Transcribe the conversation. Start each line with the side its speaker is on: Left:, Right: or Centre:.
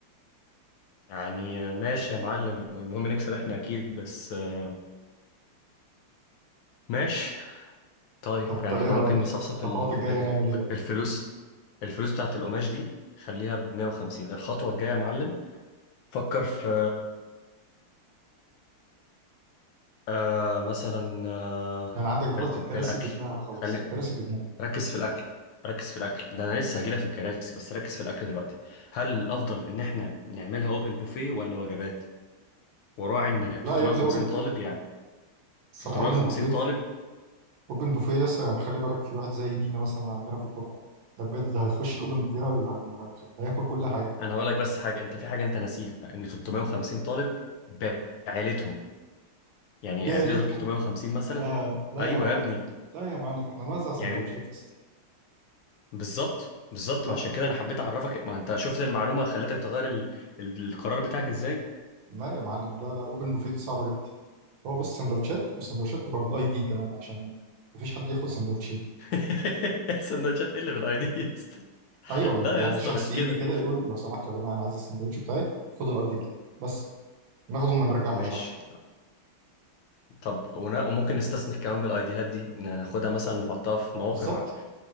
Left: يعني ماشي يا معلم المهم نكسب احنا اكيد بس آه، ماشي طيب
Right: طب انت
Left: يعني
Right: ايه
Left: احنا
Right: رأيك
Left: ممكن
Right: الخ-
Left: نصفصف
Right: الخطوات
Left: الف...
Right: الجاية
Left: الف-
Right: نعمل ايه بقى؟
Left: الفلوس الفلوس بتاعت القماش دي خليها ب 150 الخطوة الجاية يا معلم فكر في آه مثلا آه
Right: يعني عندك دلوقتي
Left: الكوب
Right: الكراسي
Left: الأكل
Right: جبناها خلاص
Left: خلي
Right: الكراسي جبناها
Left: ركز في الاكل ركز في الاكل ده انا لسه هجيلك في الكراسي بس ركز في الاكل دلوقتي هل الافضل ان احنا نعملها اوبن بوفيه ولا وجبات وراعي ان 350
Right: لا يا ابني اوبن
Left: طالب يعني
Right: الصراحة
Left: 350
Right: اوبن بوفيه
Left: طالب
Right: اوبن بوفيه يس يعني خلي بالك في واحد زي مينا مثلا عندنا في الدفعة ده بجد ده هيخش الاوبن بوفيه هي... هي... هي... هياكل كل حاجة
Left: انا هقول لك بس حاجه انت في حاجه انت ناسيها ان 350 طالب بعائلتهم يعني
Right: بعلتهم
Left: هتقدر 350 مثلا
Right: لا لا
Left: ايوه
Right: يا معلم
Left: يا ابني
Right: لا يا معلم احنا نوزع سندوتشات
Left: يعني انت
Right: يس
Left: بالظبط بالظبط
Right: لا
Left: ما عشان كده
Right: و-
Left: انا حبيت اعرفك ما انت شفت المعلومه خلتك تغير ال... ال... القرار بتاعك ازاي
Right: لا يا معلم لا لا اوبن بوفيه دي صعبة جدا هو بص سندوتشات وسندوتشات تبقى بالاي دي كمان عشان مفيش حد ياخد سندوتشين
Left: <laughs> سندوتشات ايه اللي بالاي دي يا اسطى
Right: ايوه
Left: لا
Right: يعني
Left: يا اسطى
Right: الشخص
Left: مش
Right: يجي
Left: كده
Right: كده يقول لو سمحتوا يا جماعه انا عايز السندوتش بتاعي خدوا الاي دي بتاعي بس ناخده وما نرجعهوش
Left: ماشي
Right: حتى
Left: طب ونا- وممكن نستثمر كمان بالايديهات دي إن ناخدها مثلا نحطها في مواقع
Right: بالظبط